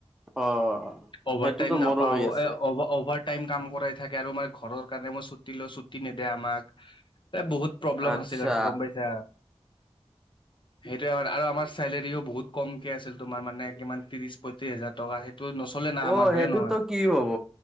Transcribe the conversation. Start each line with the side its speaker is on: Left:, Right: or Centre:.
Centre: অ
Left: অভাৰ
Centre: সেইটোতো
Left: টাইম নাপাওঁ
Centre: মোৰো হৈ আছে।
Left: এ অভ অভাৰ। টাইম কাম কৰাই থাকে। আৰু মানে ঘৰৰ কাৰণে মই ছুটি লৈ ছুটি নিদে আমাক এ বহুত প্ৰব্লেম
Centre: আচ্ছা।
Left: আছিল আৰু গম পাইছা? সেইটোৱে আৰু আৰু আমাৰ চেলেৰিও বহুত কমকে আছিল। তোমাৰ মানে কিমান ত্ৰিৰিশ পঁয়ত্ৰিছ হাজাৰ টকাহে ত নচলে। না আমাৰ
Centre: অ
Left: হয়নে
Centre: সেইটোতো
Left: নহয়
Centre: কি হব